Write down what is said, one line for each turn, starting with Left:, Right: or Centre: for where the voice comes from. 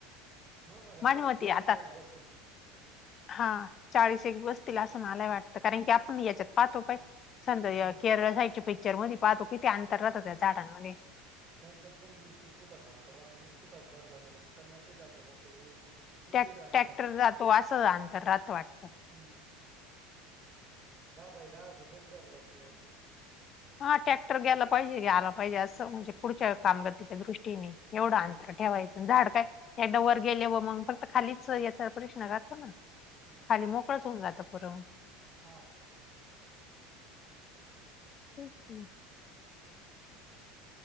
Right: म्हणून म्हणाल
Left: माण
Right: का
Left: होती
Right: तीस चाळीस
Left: आता
Right: झाडं बसतील
Left: हा चाळीस एक बसतील असं मलाही वाटतं, कारण की आपण याच्यात पाहतो पाही. समजा हे
Right: हम्म
Left: केरळ साईडच्या पिक्चरमध्ये पाहतो किती अंतर राहात त्या झाडांमध्ये.
Right: त्यांच्यात गंद वीस वीस फुटाचा अंतर राहतो. वीस फुटाचा धरला तर पन्नासही झाड नाही बसायची. तीसही
Left: त्यात
Right: झाड नाही
Left: टॅक्टर
Right: बसायची
Left: जातो असं अंतर राहतं वाटतं.
Right: हम्म दहा बाय दहाच जरी धरलं तर
Left: हा ट्रॅक्टर गेला पाहिजे आला पाहिजे असं म्हणजे पुढच्या
Right: हम्म
Left: कामगतीच्या दृष्टीने एवढं अंतर
Right: हम्म
Left: ठेवायचं. झाड काय एकदा वर गेले व मग फक्त खालीच याचा प्रश्न राहतो ना.
Right: हम्म.
Left: खाली मोकळंच होऊन जातं पुरं.
Right: हा.
Left: तेच की